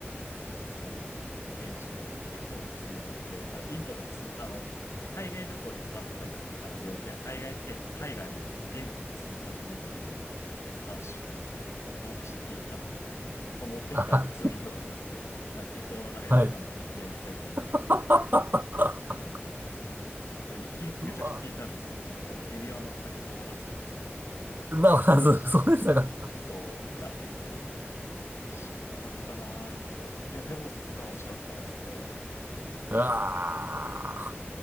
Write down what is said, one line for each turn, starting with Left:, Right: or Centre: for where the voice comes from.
Left: そうなんです。だから現地で適当に薬を買って、だからインドの薬、あの、海外旅行でかかった薬なんか病気は海外で、海外の現地の薬を買って飲むべきだみたいな話を、<laughs> あ友達に聞いたんで、まあ、持ってきたロキソニンとかじゃなくて、
Right: あ
Left: なんか適当ななんかよくわかんない解熱剤みたいなの飲んで、
Right: はい。<laughs>
Left: <laughs> まあきめちゃくちゃ聞いたんですけどね。
Right: うわ
Left: でも下痢は全く治らず、
Right: まあ、
Left: めちゃくちゃし、
Right: そうそうでしたか。
Left: そう、
Right: <laughs>
Left: いや、しんどかったなぁ、インド。いや、でも楽しかったですね。
Right: うわあ。